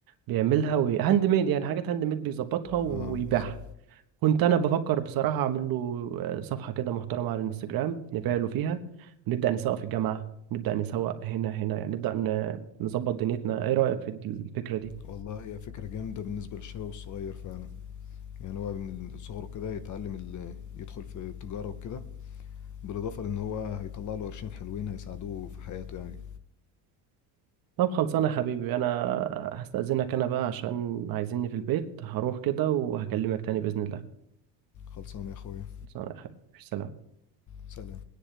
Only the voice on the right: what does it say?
بيعملها وهاند ميد يعني حاجات هاند ميد بيظبطها ويبيعها
كنت انا بفكر بصراحه اعمل له آه، صفحه كده محترمه على الانستجرام نبيع له فيها ونبدا نسوق في الجامعه نبدا نسوق هنا هنا يعني نبدا ن- نظبط دنيتنا ايه رايك في الفكره دي
طب خلصانه يا حبيبي انا هستاذنك انا بقى عشان عايزيني في البيت هروح كده وهكلمك تاني باذن الله
خلصانه يا حبيبي سلام